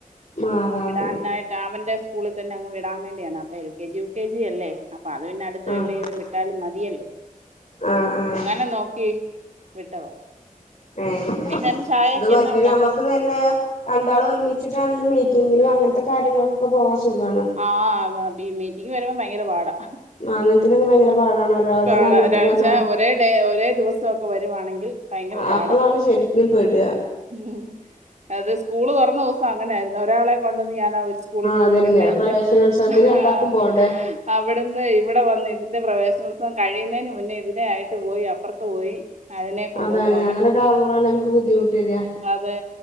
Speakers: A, on the left; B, on the right.
A: മാറാന്ന്
B: വിടാനായിട്ട് അവന്റെ സ്കൂളിൽ തന്നെ അങ്ങ് വിടാൻ വേണ്ടിയാണ് അ അപ്പ L K G U K G അല്ലേ അപ്പ അത് പിന്നെ അടുത്ത്
A: ആഹ്
B: എവിടെലും വിട്ടാലും മതിയല്ലോ
A: ആഹ് ആഹ്
B: അങ്ങനെ നോക്കി വിട്ടതാ
A: ഏഹ്
B: വൈന്നേരം ചായക്ക്
A: ഇത് മറ്റത്
B: എന്നാ ഉണ്ടാക്കി
A: നമ്മക്ക് പ്പൊ രണ്ടാള് ഒരുമിച്ചിട്ടാണെങ്കില് മീറ്റിങ്ങിനും അങ്ങനത്തെ കാര്യങ്ങൾക്കൊക്കെ പോവാൻ സുഖാണ്
B: ആഹ് അതെപ്പോ ഈ മീറ്റിംഗിന് വരുമ്പോ ഭയങ്കര പാടാ
A: മാങ്ങനത്തിനൊക്കെ ഭയങ്ക പാടാണ് ഒരാൾ
B: പാടാ
A: തന്ന അങ്ങോട്ട് പോന്ന
B: ഒരേ ഡേ ഒരേ ദിവസ ഒക്കെ വരുവാണെങ്കിൽ ഭയങ്കര
A: ആഹ്
B: പാടാ
A: അപ്പളാണ് ശരിക്കിലും പെട
B: ഉം അത് സ്കൂള് തുറന്ന ദൂസം അങ്ങനെ ആരുന്നു ഒരാളെ കൊണ്ടുവന്ന് ഞാൻ ആഹ് സ്കൂൾള് കൊണ്ട
A: അതന്നെ
B: വിട്ടയച്ച്
A: പ്രവേശനോത്സവത്തിന്
B: ആഹ്
A: രണ്ടാക്കും പോണ്ടേ
B: അവിടുന്ന് ഇവിടെ വന്ന് ഇതിന്റെ പ്രവേശനോത്സവം കഴിയുന്നതിന് മുന്നേ ഇതിനെ ആായിട്ട് പോയി അപ്പുറത്ത് പോയി അതിനെ കൊണ്ടുവന്നു
A: അതാണ് അങ്ങനെക്കാഉമ്പോഴാണ് നമക്ക് ബുന്ധിമുട്ട് വരിയാ
B: അതെ